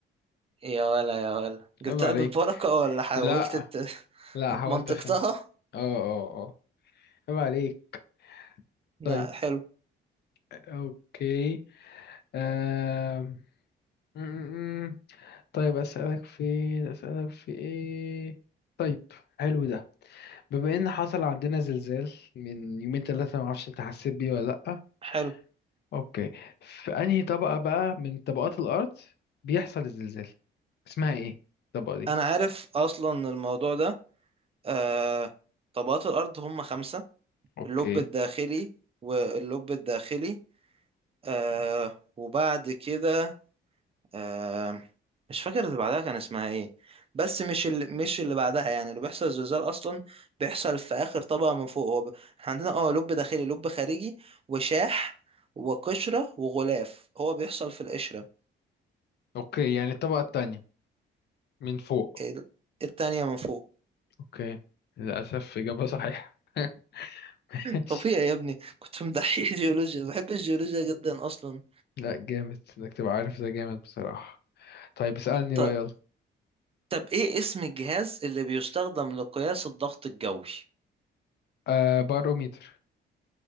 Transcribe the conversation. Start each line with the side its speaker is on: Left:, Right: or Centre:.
Right: يا ولا يا ولا جبتها
Left: عيب عليك
Right: بالبركة ولا حاولت
Left: لا
Right: ت-
Left: لا
Right: <laughs>
Left: حاولت
Right: منطقتها
Left: اخم اه اه اه عيب عليك
Right: لا
Left: طيب
Right: حلو
Left: اوكي آم، م- م- م. طيب اسالك في اسالك في ايه طيب حلو ده بما ان حصل عندنا زلزال من يومين ثلاثة ما اعرفش انت حسيت بيه ولا لا
Right: حلو
Left: اوكي في انهي طبقة بقى من طبقات الارض بيحصل الزلزال اسمها ايه الطبقة دي
Right: انا عارف اصلا الموضوع ده آه... طبقات الارض هم خمسة
Left: اوكي
Right: اللب الداخلي واللب الداخلي آه... وبعد كده آه مش فاكر اللي بعدها كان اسمها ايه بس مش اللي مش اللي بعدها يعني اللي بيحصل زلزال اصلا بيحصل في اخر طبقه من فوق هو ب- احنا عندنا اه لب داخلي لب خارجي وشاح وقشره وغلاف هو بيحصل في القشره
Left: اوكي يعني الطبقة التانية من فوق
Right: ال- التانية من فوق <clears throat>
Left: اوكي للاسف اجابة صحيحة <laughs>
Right: <laughs>
Left: ماشي.
Right: طبيعي يا ابني كنت مدحيح <laughs> جيولوجيا بحب الجيولوجيا جدا اصلا
Left: لا جامد انك تبقى عارف ده جامد بصراحة طيب اسألني
Right: طب
Left: بقى يلا
Right: طب ايه اسم الجهاز اللي بيستخدم لقياس الضغط الجوي
Left: آه باروميتر